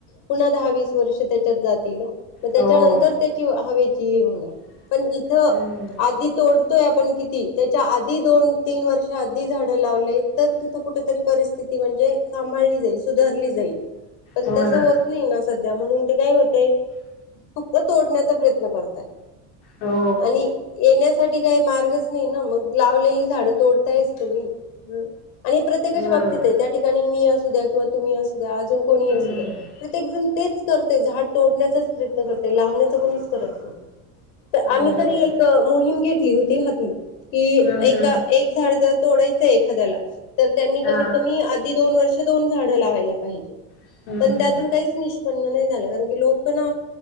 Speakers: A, on the left (about 65°); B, on the left (about 80°).
A: पुन्हा दहा वीस वर्ष त्याच्यात जातील मग त्याच्यानंतर
B: हो
A: ह पण इथ
B: हम्म
A: आधी तोडतोय आपण किती त्याच्या आधी दोन तीन वर्ष झाड लावले तर तिथ कुठेतरी परिस्थिती म्हणजे सांभाळली जाईल सुधारली जाईल पण
B: हो
A: तसं
B: ना
A: होत नाही ना सध्या म्हणून ते काय होतय फक्त तोडण्याचा प्रयत्न करताय
B: हो
A: आणि येण्यास साठी काही मार्गच नाही ना मग लावलेले झाड तोडतायस त म हम आणि प्रत्येकाच्या
B: बरोबर
A: बाबतीत आहे त्या ठिकाणी मी ्या किंवा तुम्ही असू द्या अजून कोणी
B: हम्म
A: असू द्या प्रत्येक जण तेच करते झाड तोडण्याचाच प्रयत्न करते लावण्याचा कोणीच करत नाही तर आम्ही
B: बरोबर
A: तरी
B: आहे.
A: एक मोहीम घेत लि होती त <unintelligible> कि
B: हम्म
A: एका
B: हम्म
A: एक झाड जर तोडायचंय एखाद्याला तर त्यांनी
B: हा
A: कमीत कमी आधी दोन वर्ष दोन झाडं लावायला पाहिजे
B: हम्म
A: पण त्यातून
B: हम्म
A: काहीच निष्पन्न नाही झालं कारण की लोक पण